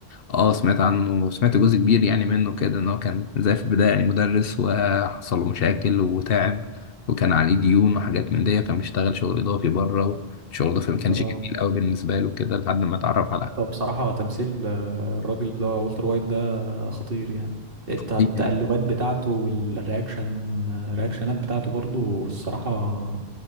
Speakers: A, on the left (about 65°); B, on the right (about 60°).
A: اه سمعت عنه وسمعت جزء كبير يعني منه كده ان هو كان زي في البداية يعني مدرس وحصل له مشاكل وتعب وكان عليه ديون وحاجات من دي كان بيشتغل شغل اضافي بره وشغل اضافي ما كانش
B: اه
A: جميل قوي بالنسبة له كده لحد ما اتعرف
B: هو بصراحه تمثيل آه، الراجل اللي هو والتر وايت ده خطير يعني الت- التقلبات
A: على
B: بتاعته والرياكشن آه، الرياكشنات بتاعته برضو الصراحه